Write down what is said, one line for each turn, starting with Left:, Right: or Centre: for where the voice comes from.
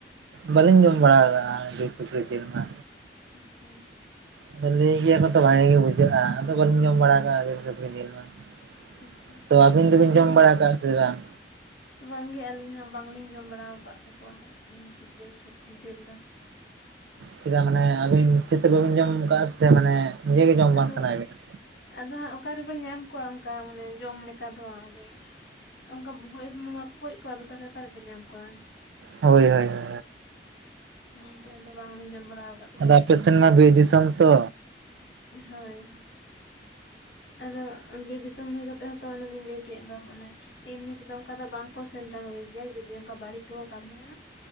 Right: ᱵᱟᱹᱞᱤᱧ ᱡᱚᱢ ᱵᱟᱲᱟ ᱟᱠᱟᱜᱼᱟ ᱵᱤᱨ ᱥᱩᱠᱨᱤ ᱡᱤᱞ ᱢᱟ
Left: ᱟᱪᱪᱷᱟ
Right: ᱟᱫᱚ ᱞᱟᱹᱭ ᱜᱮᱭᱟ ᱠᱚᱛᱚ ᱵᱷᱟᱜᱮ ᱜᱮ ᱵᱩᱡᱷᱟᱹᱜᱼᱟ ᱟᱫᱚ ᱵᱟᱹᱞᱤᱧ ᱡᱚᱢ ᱵᱟᱲᱟ ᱟᱠᱟᱜᱼᱟ <unintelligible>
Left: ᱟᱪᱪᱷᱟ
Right: ᱛᱚ ᱟᱹᱵᱤᱱ ᱫᱚᱵᱤᱱ
Left: ᱟᱨ ᱛᱟᱦᱚᱞᱮ
Right: ᱡᱚᱢ ᱵᱟᱲᱟ ᱟᱠᱟᱜᱼᱟ ᱥᱮ ᱵᱟᱝ
Left: ᱵᱟᱝᱜᱮ ᱟᱹᱞᱤᱧ ᱦᱚᱸ ᱵᱟᱝᱞᱤᱧ ᱡᱚᱢ ᱵᱟᱲᱟ ᱣᱟᱠᱟᱜ ᱛᱟᱠᱚᱣᱟ ᱦᱟᱸᱜ ᱵᱤᱨ ᱥᱩᱠᱨᱤ ᱡᱤᱞ ᱫᱚ
Right: ᱪᱮᱫᱟᱜ ᱢᱟᱱᱮ ᱟᱹᱵᱤᱱ ᱪᱮᱫ ᱛᱮ ᱵᱟᱵᱤᱱ ᱡᱚᱢ ᱠᱟᱜᱼᱟ ᱥᱮ ᱢᱟᱱᱮ ᱱᱤᱡᱮ ᱜᱮ ᱡᱚᱢ
Left: ᱟᱫᱚ
Right: ᱵᱟᱝ ᱥᱟᱱᱟᱭᱮᱫ ᱵᱤᱱᱟ
Left: ᱟᱫᱚ ᱦᱟᱸᱜ ᱚᱠᱟ ᱨᱮᱵᱮᱱ ᱧᱟᱢ ᱠᱚᱣᱟ ᱚᱱᱠᱟ ᱢᱟᱱᱮ ᱡᱚᱢ ᱞᱮᱠᱟ ᱫᱚ ᱟᱫᱚ ᱚᱱᱠᱟ ᱜᱚᱡ ᱢᱟᱢᱟ ᱠᱚ ᱜᱚᱡ ᱠᱚᱣᱟ ᱟᱫᱚ ᱛᱟᱦᱚᱞᱮ ᱚᱠᱟ ᱨᱮᱵᱮᱱ ᱧᱟᱢ ᱠᱚᱣᱟ
Right: ᱦᱳᱭ ᱦᱳᱭ ᱦᱳᱭ
Left: ᱦᱩᱸ ᱛᱮᱦᱮᱧ ᱫᱚ ᱵᱟᱝᱞᱤᱧ ᱡᱚᱢ ᱵᱟᱲᱟᱣ ᱠᱟᱜ
Right: ᱟᱫᱚ ᱟᱯᱮ ᱥᱮᱱ ᱢᱟ ᱵᱤᱨ ᱫᱤᱥᱚᱢ ᱛᱚ
Left: ᱦᱳᱭ ᱟᱫᱚ ᱵᱤᱨ ᱫᱤᱥᱚᱢ ᱦᱩᱭ ᱠᱟᱛᱮᱜ ᱦᱚᱸᱛᱚ ᱚᱱᱮᱞᱤᱧ ᱞᱟᱹᱭ ᱠᱮᱫ ᱫᱚ ᱢᱟᱱᱮ ᱮᱢᱱᱤ ᱛᱮᱫᱚ ᱚᱱᱠᱟ ᱫᱚ ᱵᱟᱝ ᱠᱚ ᱥᱮᱸᱫᱽᱨᱟ ᱠᱚᱜᱮᱭᱟ ᱡᱩᱫᱤ ᱚᱱᱠᱟ ᱵᱟᱹᱲᱤᱡ ᱠᱚ ᱠᱟᱹᱢᱤᱭᱟ